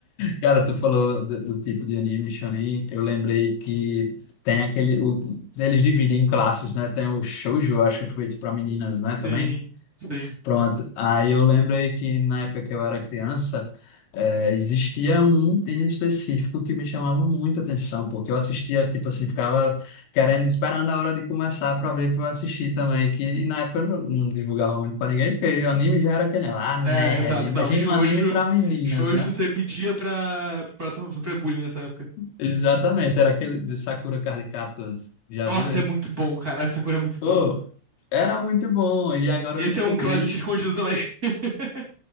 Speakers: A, on the left; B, on the right.
A: Cara, tu falou do, do tipo de anime shonen, eu lembrei que tem aquele, o- eles dividem em classes, né? Tem o shoujo, eu acho que é feito para meninas, né,
B: Sim,
A: também.
B: sim.
A: Pronto. Aí eu lembrei que na época que eu era criança, eh, existia um em específico que me chamava muita atenção, porque eu assistia, tipo assim, ficava querendo, esperando a hora de começar para ver, para eu assistir também, que na época eu não, não divulgava muito para ninguém, porque o anime já era aquele lá, nerd,
B: É, exato.
A: imagina
B: Não, shoujo,
A: um anime para meninas,
B: shoujo
A: né?
B: você pedia pra, pra to- sofrer bullying nessa época.
A: Exatamente, era aquele de Sakura Card Captors. Já
B: Nossa,
A: viu esse?
B: é muito bom, cara. Essa cor é muito
A: Pô,
B: bom.
A: era muito bom. E agora
B: Esse
A: eu descobri.
B: é um que eu assisti escondido também. <laughs>